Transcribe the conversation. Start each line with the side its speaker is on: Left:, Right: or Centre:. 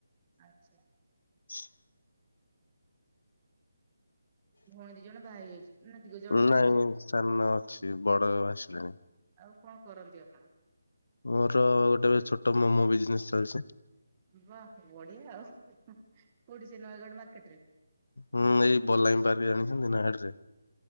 Right: ଆଛା ।
Left: <inaudible>
Right: ଭଉଣୀ ଦି ଜଣ ବାହା ହେଇଯାଇଛନ୍ତି। ନା ଦି ଜଣେ ବାହା
Left: ନାଇଁ
Right: ହେଇଛନ୍ତି।
Left: ସାନ ଅଛି ବଡ ଆସିଲଣିି ।
Right: ଆଉ କଣ କରନ୍ତି ଆପଣ?
Left: ମୋର ଗୋଟେ ଛୋଟ ମୋମୋ ବିଜନେସ ଚାଲିଛି ।
Right: ବାହ ବଢ଼ୀୟା ଆଉ କୋଉଠି ସେ ନୟାଗଡ଼ ମାର୍କେଟରେ ।
Left: ହୁଁ ଏଇ ବଲାଗି ପାର୍କ ଜାଣିଛନ୍ତି ନୟାଗଡରେ ।